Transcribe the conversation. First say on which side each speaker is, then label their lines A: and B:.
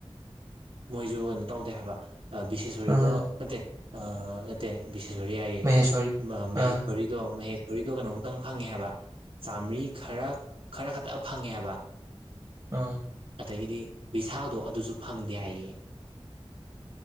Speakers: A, on the right (about 65°); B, on the right (about 35°).
A: ꯃꯣꯏꯁꯨ ꯑꯝ ꯇꯧꯗꯦ ꯍꯥꯏꯕ ꯕꯤꯁꯦꯁꯣꯔꯤꯗꯣ
B: ꯎꯝ
A: ꯅꯠꯇꯦ ꯑꯥ ꯅꯠꯇꯦ ꯕꯤꯁꯦꯁꯤꯔꯤ ꯍꯥꯏꯌꯦ
B: ꯃꯍꯦꯁꯣꯔꯤ
A: ꯃꯍꯦꯁꯤꯔꯤꯗꯣ
B: ꯑꯥ
A: ꯃꯍꯦ ꯔꯤꯗꯣ ꯀꯩꯅꯣꯡꯇꯪ ꯐꯪꯉꯦ ꯍꯥꯏꯕ ꯆꯥꯝꯃ꯭ꯔꯤ ꯈꯔ ꯈꯔ ꯈꯛꯇ ꯐꯪꯉꯦ ꯍꯥꯏꯕ
B: ꯑꯥ
A: ꯑꯗꯒꯤꯗꯤ ꯚꯤꯁꯥꯜꯗꯣ ꯑꯗꯨꯁꯨ ꯐꯪꯗꯦ ꯍꯥꯏꯌꯦ